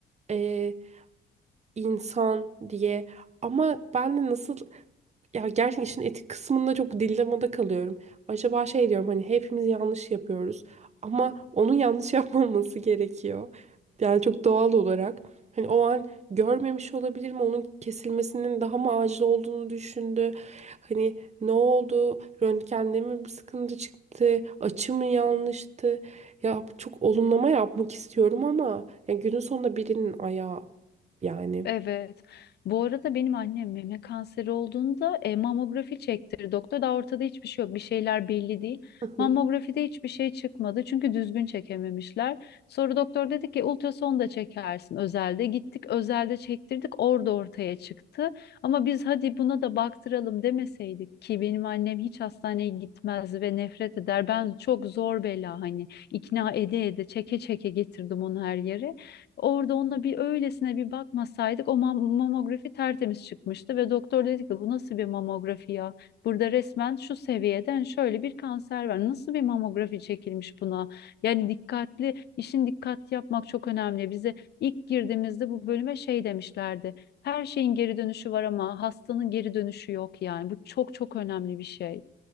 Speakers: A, on the right; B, on the left.
A: e, insan diye ama ben de nasıl ya gerçekten işin etik kısmında çok dilemmada kalıyorum. Acaba şey diyorum hani hepimiz yanlış yapıyoruz ama onun yanlış <laughs> yapmaması gerekiyor. Yani çok doğal olarak. Hani o an görmemiş olabilir mi? Onun kesilmesinin daha mı acil olduğunu düşündü. Hani ne oldu? Röntgende mi bir sıkıntı çıktı? Açı mı yanlıştı? Ya çok olumlama yapmak istiyorum ama ya günün sonunda birinin ayağı yani.
B: Evet. Bu arada benim annem meme kanseri olduğunda e, mamografi çektirdi doktor. Daha ortada hiçbir şey yok. Bir şeyler belli değil.
A: Hı hı.
B: Mamografide hiçbir şey çıkmadı. Çünkü düzgün çekememişler. Sonra doktor dedi ki ultrason da çekersin özelde. Gittik özelde çektirdik. Orada ortaya çıktı. Ama biz hadi buna da baktıralım demeseydik ki benim annem hiç hastaneye gitmez ve nefret eder. Ben çok zor bela hani ikna ede ede çeke çeke getirdim onu her yere. Orada ona bir öylesine bir bakmasaydık o mam- mamografi tertemiz çıkmıştı ve doktor dedi ki bu nasıl bir mamografi ya? Burada resmen şu seviyeden şöyle bir kanser var. Nasıl bir mamografi çekilmiş buna? Yani dikkatli, işin dikkat yapmak çok önemli. Bize ilk girdiğimizde bu bölüme şey demişlerdi. Her şeyin geri dönüşü var ama hastanın geri dönüşü yok yani. Bu çok çok önemli bir şey.